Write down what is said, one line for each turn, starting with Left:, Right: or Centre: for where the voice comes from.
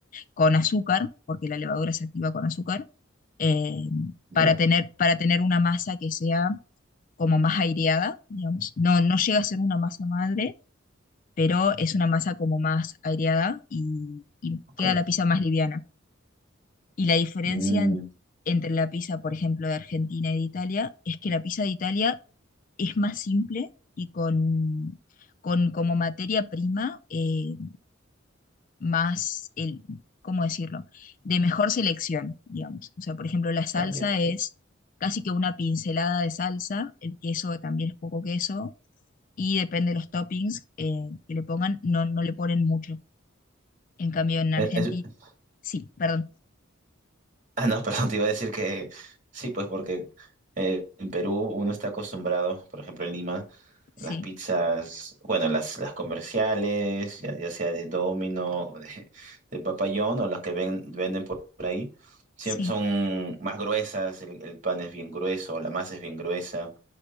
Left: con azúcar, porque la levadura se activa con azúcar, eh,
Right: ya,
Left: para tener, para tener una masa que sea como más aireada, digamos. No, no llega a ser una masa madre, pero es una masa como más aireada y y
Right: ok.
Left: queda la pizza más liviana. Y la diferencia
Right: Mm,
Left: en- entre la pizza, por ejemplo, de Argentina y de Italia, es que la pizza de Italia es más simple y con, con como materia prima eh, más, el, ¿cómo decirlo?, de mejor selección, digamos. O sea, por ejemplo, la salsa
Right: ah, ya.
Left: es casi que una pincelada de salsa, el queso también es poco queso, y depende de los toppings eh, que le pongan, no, no le ponen mucho. En cambio, en Argentina,
Right: te- es- es-
Left: sí, perdón,
Right: ah, no, <laughs> perdón, te iba a decir que sí, pues porque eh, en Perú uno está acostumbrado, por ejemplo en Lima,
Left: sí,
Right: las pizzas, bueno, las, las comerciales, ya, ya sea de Domino o de, <laughs> de Papa John o las que ven- venden por, por ahí, siempre
Left: sí.
Right: son más gruesas, el, el pan es bien grueso, la masa es bien gruesa,